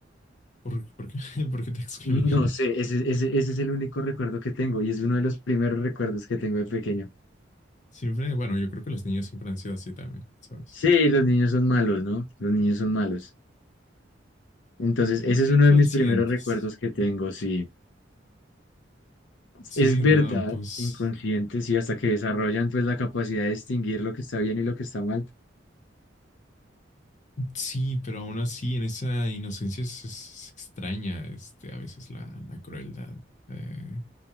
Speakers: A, on the left (about 40°); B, on the left (about 80°).
A: ¿Por, por qué, <laughs> por qué te excluían?
B: No sé, ese, ese, ese es el único recuerdo que tengo y es uno de los primeros recuerdos que tengo de pequeño.
A: Siempre, bueno, yo creo que los niños siempre han sido así también, ¿sabes?
B: Sí, los niños son malos, ¿no? Los niños son malos. Entonces, ese
A: Son
B: es
A: inconscientes.
B: uno de mis primeros recuerdos que tengo, sí.
A: Sí,
B: Es verdad,
A: no, pues
B: inconscientes y hasta que desarrollan pues la capacidad de distinguir lo que está bien y lo que está mal
A: sí, pero aún así en esa inocencia es, es extraña, este, a veces la, la crueldad. Eh,